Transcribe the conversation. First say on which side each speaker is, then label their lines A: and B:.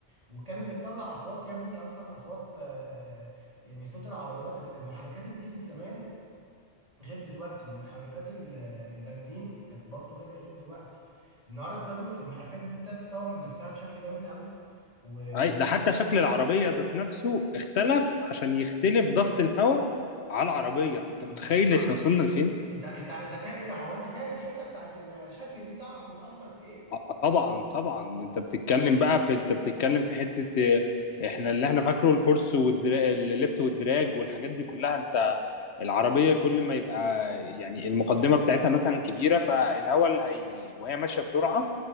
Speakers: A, on the right; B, on the left.
A: وكانت بتطلع اصوات يا ابني اصلا اصوات آه، يعني صوت العربيات المحركات الديزل زمان غير دلوقتي ومحركات ال- البنزين كانت برضو غير غير دلوقتي النهارده ابتدوا المحركات دي ابتدت تتطور من نفسها بشكل جامد قوي و
B: اي
A: بز-
B: ده حتى شكل العربية ذات نفسه اختلف عشان يختلف ضغط الهواء على العربية انت
A: بالظبط
B: متخيل احنا وصلنا لفين؟
A: انت انت انت فاهم ايه ده هو انت فاهم الحته بتاعت الشكل دي تعرف بتأثر في ايه
B: آه، طبعا طبعا انت بتتكلم بقى في انت بتتكلم في حتة آه، احنا اللي احنا فاكره الفورس والدرا... الليفت والدراج والحاجات دي كلها انت العربية كل ما يبقى يعني المقدمة بتاعتها مثلا كبيرة فالهواء اللي هي وهي ماشية بسرعة